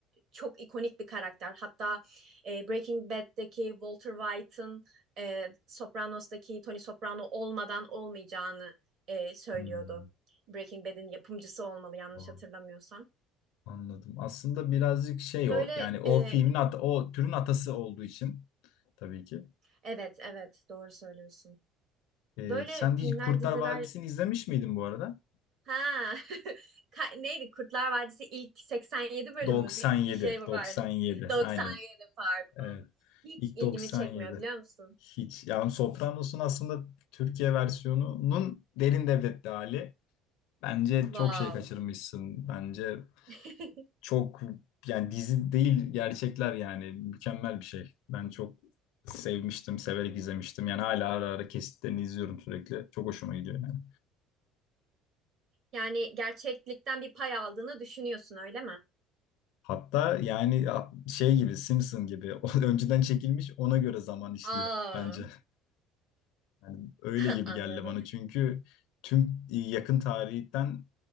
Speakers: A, on the right; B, on the left.
A: çok ikonik bir karakter. Hatta e, Breaking Bad'deki Walter White'ın e, Sopranos'taki Tony Soprano olmadan olmayacağını e, söylüyordu.
B: Hmm,
A: Breaking Bad'in yapımcısı olmalı yanlış
B: tamam.
A: hatırlamıyorsam.
B: anladım. Aslında birazcık şey
A: Böyle
B: o yani o
A: e,
B: filmin at o türün atası olduğu için tabii ki.
A: evet evet doğru söylüyorsun.
B: Ee,
A: Böyle
B: sen hiç
A: filmler
B: Kurtlar
A: diziler
B: Vadisi'ni izlemiş miydin bu arada?
A: ha <laughs> Ka- neydi Kurtlar Vadisi ilk 87 bölümü
B: 97
A: bir, bir şey vardı.
B: 97
A: 97
B: aynen.
A: pardon.
B: Evet.
A: Hiç
B: İlk
A: ilgimi
B: 97.
A: çekmiyor biliyor musun?
B: Hiç. Yani Sopranos'un aslında Türkiye versiyonunun derin devletli hali. Bence
A: Wow.
B: çok şey kaçırmışsın. Bence
A: <laughs>
B: çok yani dizi değil gerçekler yani mükemmel bir şey. Ben çok sevmiştim, severek izlemiştim. Yani hala ara ara kesitlerini izliyorum sürekli. Çok hoşuma gidiyor yani.
A: Yani gerçeklikten bir pay aldığını düşünüyorsun öyle mi?
B: Hatta yani şey gibi Simpson gibi <laughs> o önceden çekilmiş ona göre zaman işliyor
A: Aa,
B: bence. Yani öyle
A: <laughs>
B: gibi geldi bana
A: anladım.
B: çünkü tüm e, yakın tarihten